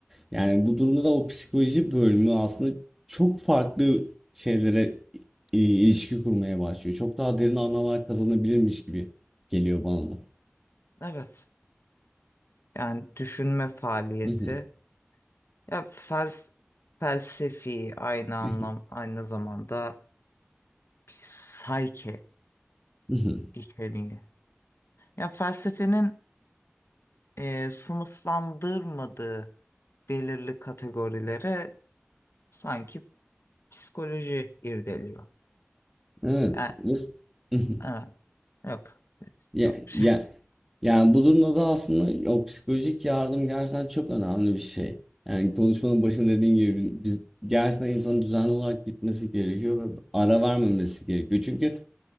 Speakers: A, in the centre; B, on the left.
A: Yani bu durumda da o psikoloji bölümü aslında çok farklı şeylere e, ilişki kurmaya başlıyor. Çok daha derin anlamlar kazanabilirmiş gibi geliyor bana da.
B: Evet. Yani düşünme faaliyeti.
A: Mhm,
B: Ya fels felsefi aynı anlam
A: mhm,
B: aynı zamanda psike
A: mhm.
B: içeriği. Ya felsefenin e, sınıflandırmadığı belirli kategorilere sanki psikoloji irdeliyor.
A: Evet.
B: Yani
A: mes- Mhm.
B: evet, yok
A: Ya,
B: yok bir şey.
A: ya, yani bu durumda da aslında o psikolojik yardım gerçekten çok önemli bir şey. Yani konuşmanın başında dediğim gibi biz gerçekten insanın düzenli olarak gitmesi gerekiyor ve ara vermemesi gerekiyor. Çünkü